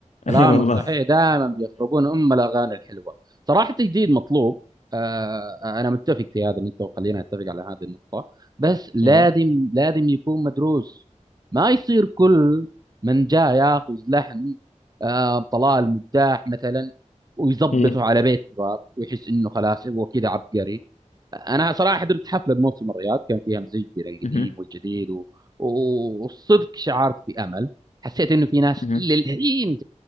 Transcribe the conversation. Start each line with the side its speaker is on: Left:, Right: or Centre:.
Right: كلامك
Left: <laughs> إيه والله
Right: صحيح دائما بيخربون ام الاغاني الحلوه صراحه تجديد مطلوب آه انا متفق في هذا النقطه وخلينا نتفق على هذه النقطه بس لازم
Left: <laughs> أيوه
Right: لازم يكون مدروس ما يصير كل من جاء ياخذ لحن آه طلال مداح مثلا ويظبطه
Left: إيه
Right: على بيت تراب ويحس انه خلاص هو كذا عبقري انا صراحه حضرت حفله بموسم الرياض كان فيها مزيج بين القديم
Left: مهم.
Right: والجديد و... و- والصدق شعرت بامل حسيت انه في ناس
Left: مهم.
Right: للحين